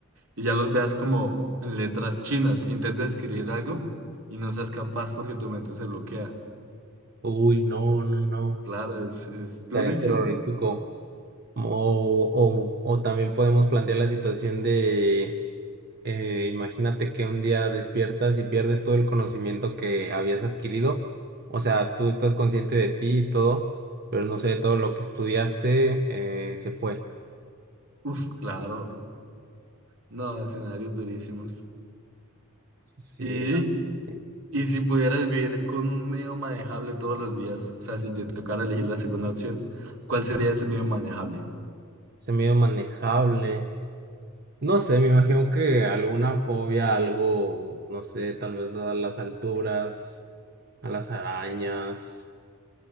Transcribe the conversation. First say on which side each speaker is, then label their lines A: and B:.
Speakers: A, on the right; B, on the right.
A: y ya los veas como en letras chinas. Intentas escribir algo y no seas capaz porque tu mente se bloquea.
B: Uy, no, no, no.
A: Claro, es, es
B: Estaría
A: durísimo.
B: terrorífico. O, o, o también podemos plantear la situación de Eh, imagínate que un día despiertas y pierdes todo el conocimiento que habías adquirido. O sea, tú estás consciente de ti y todo, pero no sé, todo lo que estudiaste eh, se fue.
A: Uf, claro. No, escenarios durísimos.
B: Sí,
A: Y,
B: lo, sí.
A: y si pudieras vivir con un medio manejable todos los días, o sea, si te tocara elegir la segunda opción, ¿cuál sería ese medio manejable?
B: Ese miedo manejable. No sé, me imagino que alguna fobia, algo, no sé, tal vez a las alturas, a las arañas.